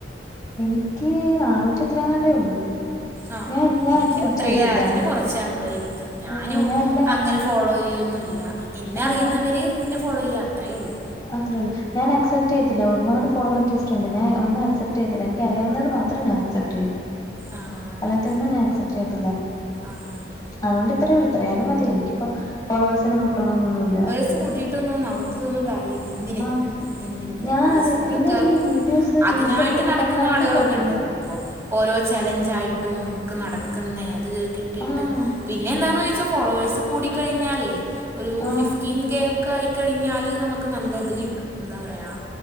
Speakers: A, on the left; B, on the right.
A: എനിക്ക് നാണൂ‌റ്റി ഇത്രയെങ്ങാണ്ടെ ഉള്ളൂ
B: ആഹ്
A: ഞാൻ എല്ലാം
B: എനിക്ക്
A: അക്സെപ്റ്റ്
B: അത്രേ
A: ചെയ്യത്തില്ല
B: അതില് കൊറച്ചേ ഒള്ള് എനിക്കും ഞാനും
A: ആഹ് ഞാൻ എല്ലാ
B: അങ്ങനെ ഫോളോ ചെയ്യോന്നും ഇല്ല എന്നെ
A: ആഹ്
B: അറിയുന്നവര് എന്നെ ഫോളോ ചെയ്യ അത്രേ ഉള്ളൂ
A: അത്രേ ഉള്ള ഞാൻ അക്സെപ്റ്റ് ചെയ്യത്തില്ല ഒരുപാട് ഫോളോ റിക്വസ്റ്റ് ഉണ്ട് ഞാൻ ഒന്നും അക്സെപ്റ്റ് ചെയ്യത്തില്ല <unintelligible> അറിയാവുന്നത് മാത്രം ഞാൻ അക്സെപ്റ്റ് ചെയ്യും
B: ആഹ്
A: അല്ലാത്ത ഒന്നും ഞാൻ അക്സെപ്റ്റ് ചെയ്യത്തില്ല
B: ആഹ്
A: അതുകൊണ്ട് ഇത്രേള്ളു ഇത്രയാലും മതി എനിക്കിപ്പം ഫോളോവേസിനെ കൂട്ടണൊന്നൊന്നുമില്ല
B: <unintelligible> കൂട്ടിട്ടൊന്നും നമ്ക്കൊന്നും കാര്യ ലെന്തിന്
A: ആഹ്
B: എന്തിന് ഫോളോവേഴ്
A: ഞാൻ
B: അതൊക്കെ
A: പിന്നെ ഈ വീഡിയോസ്
B: അതിനായിട്ട്
A: റീൽസ് ഒക്കെ ഇടുന്നവർക്കാണെങ്കിൽ
B: നടക്കുന്ന ആളുകളൊക്കെ
A: കുഴപ്പമില്ല
B: ഉണ്ടല്ലോ ഇപ്പോ ഓരോ ചലഞ്ച് ആയിട്ടും ഒക്കെ നടക്കുന്നേ അത് കിട്ടിയിട്ട്
A: ആഹ്
B: പിന്നെ എന്താണന്ന് ചോദിച്ചാൽ ഫോളോവേഴ്സ് കൂടിക്കഴിഞ്ഞാലേ ഒരു
A: ആഹ്
B: ഫിഫ്റ്റീൻ കെ ഒ കെ ആയിക്കഴിഞ്ഞാല് നമുക്ക് നല്ലത് കിട്ടും എന്താ പറയാ